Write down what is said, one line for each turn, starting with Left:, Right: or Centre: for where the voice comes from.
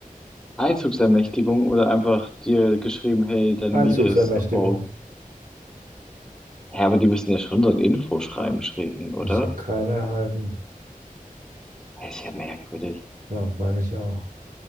Centre: Einzugsermächtigung oder einfach dir geschrieben, hey, deine
Right: Einzugsermächtigung.
Centre: Miete ist ab morgen. Ja, aber die müssen ja schon so ein Infoschreiben schicken, oder?
Right: Ich habe keine erhalten.
Centre: Das ist ja merkwürdig.
Right: Ja, meine ich auch.